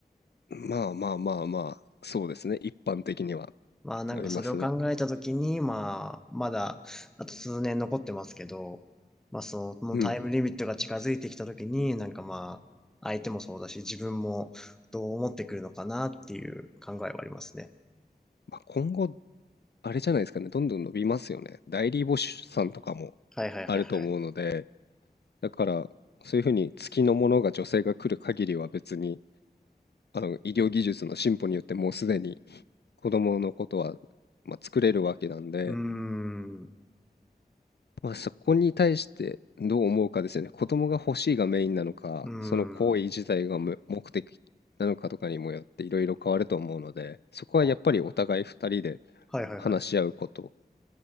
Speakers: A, on the left (about 80°); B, in the centre.
A: まあまあまあまあ、そうですね、一般的には。
B: まあなんかそれを考えたときに、
A: ありますね。
B: まあ、まだあと数年残ってますけど、まあそのタイムリミットが近づいてきたときに、
A: うん。
B: なんかまあ、相手もそうだし、自分もどう思ってくるのかなっていう考えはありますね。
A: まあ、今後、あれじゃないですかね、どんどん伸びますよね。代理母子さんとかも
B: はいはいはいはい。
A: あると思うので、だから、そういうふうに月のものが女性が来る限りは別に、あの、医療技術の進歩によってもうすでに子供のことは、まあ、作れるわけなんで、
B: うーん、う
A: まあ、そこに対してどう思うかですよね。子供が欲しいがメインなのか、
B: ーん。
A: その行為自体がむ目的なのかとかにもよっていろいろ変わると思うので、そこはやっぱりお互い2人で
B: あ、はいはいはい。
A: 話し合うこと